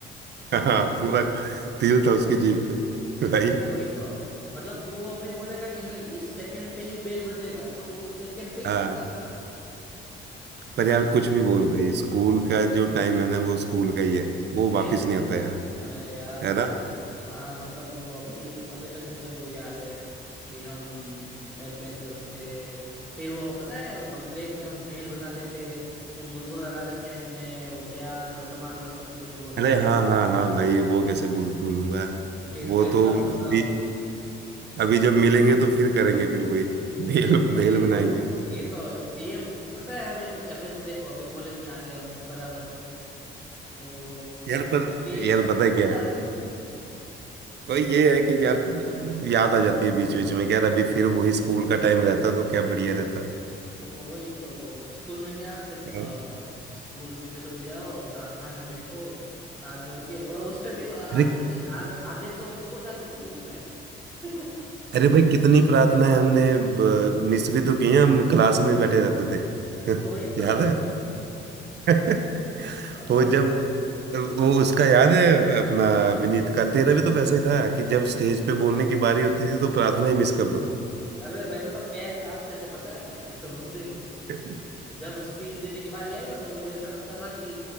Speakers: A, on the right; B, in the centre.
A: हाँ पूरा तिल था उसकी जीभ पे
B: <laughs>
A: भाई
B: वही तो मतलब वो अभी बोलेगा कि नहीं इस सेकंड पे ही बेल बजेगा तो उस सेकंड पे ही
A: हाँ
B: बजता था
A: पर यार कुछ भी बोल भाई स्कूल का जो टाइम है ना वो
B: ओ
A: स्कूल का ही है वो वापस
B: फिर अ,
A: नहीं आता यार
B: अरे यार वो
A: है ना
B: तो- हाँ मतलब वो अभी अभी तक मुझे वो याद है कि हम बैक बेंचर्स थे फिर वो पता है हम ब्रेक में हम भेल बनाते थे तो मुरमुरा लगाते थे मैं वो प्याज और टमाटर सब कुछ वो नींबू
A: अरे हाँ हाँ हाँ भाई वो कैसे भूल भूलूंगा
B: फिर
A: वो
B: पेपर
A: तो
B: वो
A: अभी
B: सब
A: अभी जब मिलेंगे तो फिर करेंगे फिर वही भेल
B: नहीं
A: भेल
B: नहीं
A: बनाएंगे
B: पक ये तो ये पता है अभी अभी तो देखो अभी कॉलेज में आ गए हम बराबर तो
A: यार पर
B: अभी एक
A: यार
B: सब
A: पता है
B: होता
A: क्या है
B: नहीं है
A: तो ये है कि यार याद आ जाती है बीच बीच में कि यार अभी फिर वही स्कूल का टाइम रहता तो क्या बढ़िया रहता
B: अब वही तो स्कूल में क्या सिर्फ
A: हाँ।
B: अ, स्कूल सुबह सुबह जाओ प्रार्थना में बैठो हाथ जोड़ के और उसपे भी को- आधे
A: अरे
B: थे आ- आधे तो सो जाते थे उसमें <laughs>
A: अरे भाई कितनी प्रार्थनाएं हमने मिस भी तो की हैं हम क्लास में बैठे रहते थे
B: वो
A: <laughs>
B: वही तो
A: याद है <laughs>
B: <laughs>
A: वो जब वो उसका याद है अपना विनीत का तेरा भी तो वैसा ही था कि जब स्टेज पे बोलने की बारी होती थी तो प्रार्थना ही मिस कर दो
B: अरे मेरे तो पैर कांपते थे पता है <laughs> उस दिन
A: <laughs>
B: जब स्पीच देने की बारी आई ना तो मुझे ऐसा लगता था कि